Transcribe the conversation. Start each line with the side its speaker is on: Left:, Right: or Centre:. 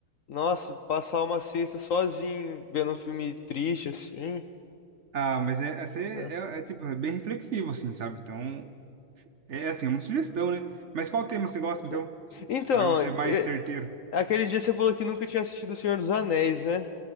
Left: nossa, passar uma sexta sozinho, vendo um filme triste assim.
Right: Ah, mas é, é, ser-
Left: Não dá.
Right: é, é, tipo, é bem reflexivo, assim, sabe? Então, é é assim, é uma sugestão, né? Mas qual tema você gosta, então?
Left: Já. Então,
Right: Pra eu ser mais
Left: e-
Right: certeiro.
Left: aquele dia você falou que nunca tinha assistido O Senhor dos Anéis, né?